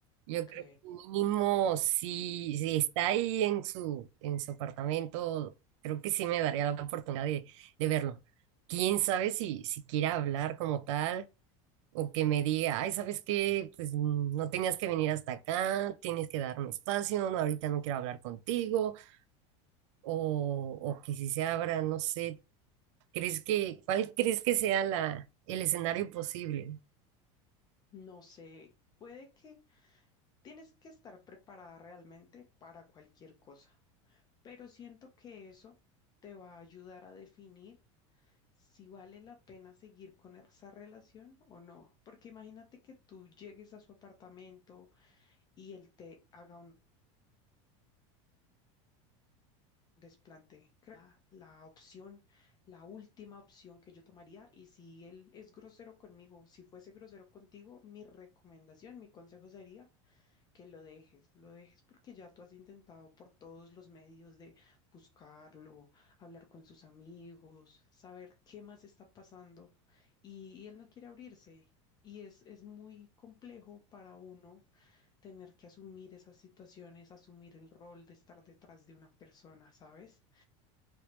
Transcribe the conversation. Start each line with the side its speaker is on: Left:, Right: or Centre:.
Right: Yo
Left: Ok,
Right: creo que mínimo si, si está ahí en su, en su apartamento, creo que sí me daría la oportunidad de, de verlo. Quién sabe si, si quiera hablar como tal o que me diga, ay, ¿sabes qué? Pues mm, no tenías que venir hasta acá, tienes que darme espacio, no, ahorita no quiero hablar contigo, o, o que si se abra, no sé, ¿crees que, cuál crees que sea la, el escenario posible?
Left: no sé, puede que tienes que estar preparada realmente para cualquier cosa, pero siento que eso te va a ayudar a definir si vale la pena seguir con esa relación o no, porque imagínate que tú llegues a su apartamento y él te haga un desplante. Creo que la, la opción, la última opción que yo tomaría, y si él es grosero conmigo, si fuese grosero contigo, mi recomendación, mi consejo sería que lo dejes, lo dejes porque ya tú has intentado por todos los medios de buscarlo, hablar con sus amigos, saber qué más está pasando, y, y él no quiere abrirse. Y es, es muy complejo para uno tener que asumir esas situaciones, asumir el rol de estar detrás de una persona, ¿sabes?